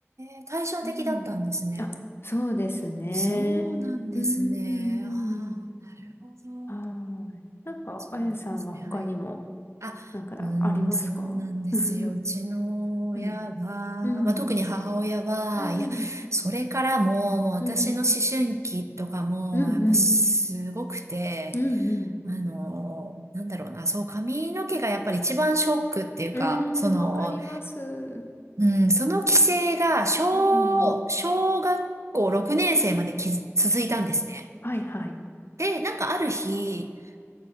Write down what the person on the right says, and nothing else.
え、対照的だったんですね。
そうなんですね。
ああ、なるほど。
そうなんですね。
はい。あ、
うーん、そうなんですよ。
うちの親は、
まあ、特に母親は、
いや、それからも、もう私の思春期とかも、
やっぱすごくて、
あの、なんだろうな、そう、髪の毛がやっぱり一番ショックっていうか、
その、うん、その規制が、小、
小学校6年生まできず続いたんですね。
で、なんかある日、